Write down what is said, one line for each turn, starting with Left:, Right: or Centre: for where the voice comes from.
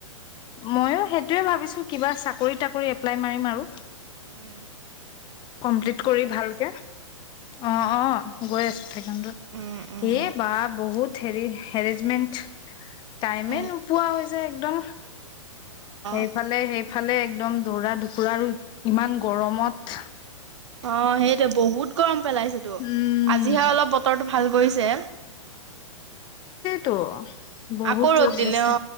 Left: ময়ো সেইটোোৱে ভাবিছো কিবা চাকৰি তাকৰি এপ্লাই মাৰিম আৰু
Right: উম
Left: কমপ্লিট কৰি ভালকে অ অ গৈ আছো থো <unintelligible>
Right: উম উম
Left: এই বা বহুত হেৰি হেৰেজমেণ্ট টাইমে
Right: উম
Left: নোপোৱা হৈ যে একদম সেইফালে
Right: অ
Left: সেইফালে একদম দৌৰা দুুপুৰা আৰু ইমান গৰমত
Right: অ সেইটোৱে বহুত গৰম পেলাইছেতো
Left: উম
Right: আজিহে অলপ বতৰটো ভাল কৰিছে
Left: তো বহুত
Right: আকৌ ৰ'দ
Left: ৰোগ
Right: দিলে
Left: গছে